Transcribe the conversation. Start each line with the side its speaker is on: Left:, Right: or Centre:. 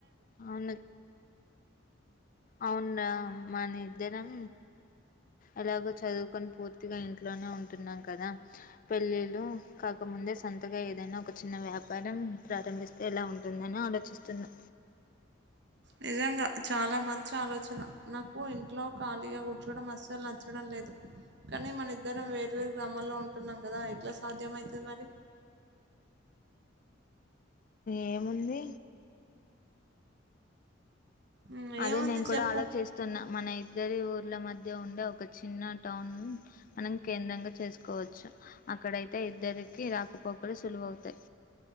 Left: అవును అవున మన ఇద్దరం ఎలాగో చదువుకొని పూర్తిగా ఇంట్లోనే ఉంటున్నాం కదా పెళ్ళిళ్లు కాకముం దే సొంతగా ఏదైనా ఒక చిన్న వ్యాపారం ప్రారంభిస్తే ఎలా ఉంటుందని ఆలోచిస్తున్నా
Right: నిజంగా చాలా మంచి ఆలోచన నాకు ఇంట్లో ఖాళీగా కూర్చోడం అసలు నచ్చడం లేదు కానీ మన ఇద్దరం వేర్వేరు గ్రామాల్లో ఉంటున్నాం కదా ఎట్లా సాధ్యమయితది మరి
Left: ఏముంది
Right: ఉమ్,
Left: అదే
Right: ఏముంది
Left: నేను కూడా
Right: చెప్పు
Left: ఆలోచిస్తున్నా మన ఇ ఇద్దరి ఊర్ల మధ్య ఉండే ఒక చిన్న టౌన్ మనం కేంద్రంగా చేసుకోవచ్చు అక్కడయితే ఇద్దరికి రాకపోకలు సులువవుతాయి